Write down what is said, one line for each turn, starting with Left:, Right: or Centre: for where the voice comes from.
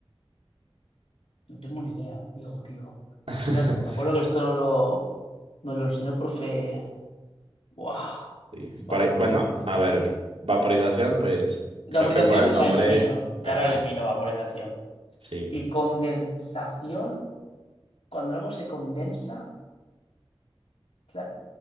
Left: No tengo ni idea, tío, tío.
Right: <laughs>
Left: Mira que me acuerdo que esto nos lo, nos lo enseñó el profe. Buah.
Right: Sí,
Left: Vaporización.
Right: por ahí- bueno, a ver, vaporización, pues
Left: Vaporización
Right: creo que por el nombre,
Left: la elimino. Ya
Right: ajá,
Left: la elimino, vaporización.
Right: sí,
Left: Y condensación, cuando algo se condensa. o sea,